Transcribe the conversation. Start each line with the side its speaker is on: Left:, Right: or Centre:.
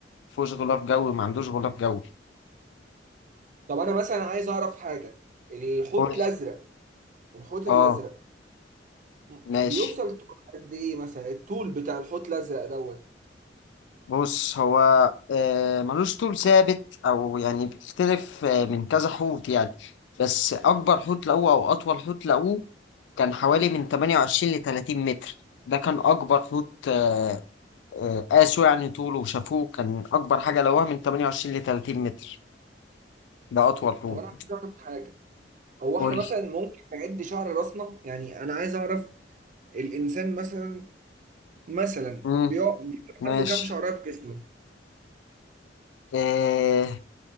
Left: ما فيهوش غلاف جوي ما عندوش غلاف جوي
Right: طب انا مثلا عايز اعرف حاجة الحوت
Left: قول
Right: الازرق الحوت
Left: اه
Right: الازرق م-
Left: ماشي
Right: بيوصل طول قد ايه مثلا الطول بتاع الحوت الازرق دوت
Left: بص هو آه، ملوش طول ثابت او يعني بيختلف آه، من كذا حوت يعني بس اكبر حوت لقوه او اطول حوت لقوه كان حوالي من 28 ل 30 متر ده كان اكبر حوت آه، آه، قاسوا يعني طوله وشافوه كان اكبر حاجه لقوها من 28 ل 30 متر ده اطول حوت
Right: طب انا عايز اعرف حاجه هو
Left: قول
Right: احنا مثلا ممكن نعد شعر راسنا يعني انا عايز اعرف الانسان مثلا مثلا
Left: امم
Right: بيقع- بيبقى
Left: ماشي
Right: عنده كام شعره في جسمه
Left: آه،